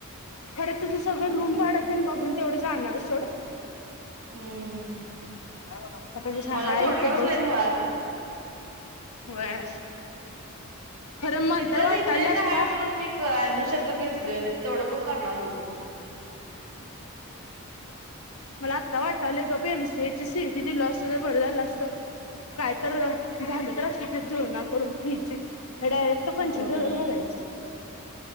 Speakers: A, on the left; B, on the right.
A: खरं तुझं सगळं
B: अगं
A: रूम
B: बाई
A: भाडं तेन बघुन. तेवढं जाणारच सोड.
B: हम्म.
A: आता तस
B: मला
A: हायत
B: सोडणारच
A: बग.
B: नाहीत मुळात.
A: व्हय. खरं मला
B: इथच
A: तर वाटालय
B: इथल्या इथं
A: आता
B: हाय म्हणून मी ॲडमिशन. ते तर घेतलोय नाहीतर तेवढं पण करणार नव्हतो मी.
A: मला आत्ता वाटालय गप मी एमसीएची सीइटी दिलो असत तर बरं झालं असत काय तर झालतर ते जूळना करून फिची. डायरेक्ट पंचवीस
B: होय.
A: हजार भरायच.